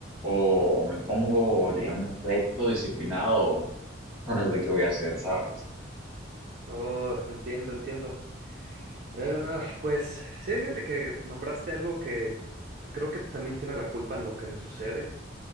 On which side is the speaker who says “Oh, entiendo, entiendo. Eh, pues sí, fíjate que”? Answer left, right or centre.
Right